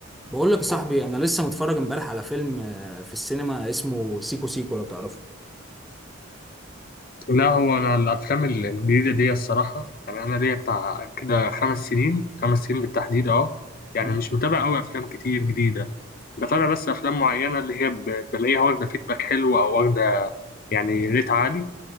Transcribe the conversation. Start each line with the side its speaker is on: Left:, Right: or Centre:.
Centre: بقول لك يا صاحبي انا لسه متفرج امبارح على فيلم آه، في السينما اسمه سيكو سيكو لو تعرفه
Left: لا هو انا الافلام ال- الجديده دي الصراحه يعني انا ليا بتاع كده خمس سنين خمس سنين بالتحديد اه يعني
Centre: مم.
Left: مش متابع قوي افلام كتير جديده بتابع بس افلام معينه اللي هي ب- بلاقيها واخده فيدباك حلو او واخده يعني ريت عالي